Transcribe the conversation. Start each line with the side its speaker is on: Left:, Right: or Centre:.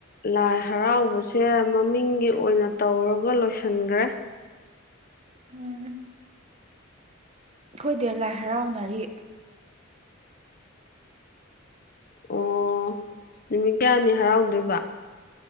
Left: ꯂꯥꯏ ꯍꯔꯥꯎꯕꯁꯦ ꯃꯃꯤꯡꯒꯤ ꯑꯣꯏꯅ ꯇꯧꯔꯒ ꯂꯣꯏꯁ ꯁꯟꯈ꯭ꯔꯦ
Right: ꯎꯝ ꯑꯩꯈꯣꯏꯗꯤ ꯂꯥꯏ ꯍꯔꯥꯎꯅꯔꯤ
Left: ꯑꯣ ꯅꯨꯃꯤꯠ ꯀꯌꯥꯅꯤ ꯍꯔꯥꯎꯗꯣꯏꯕ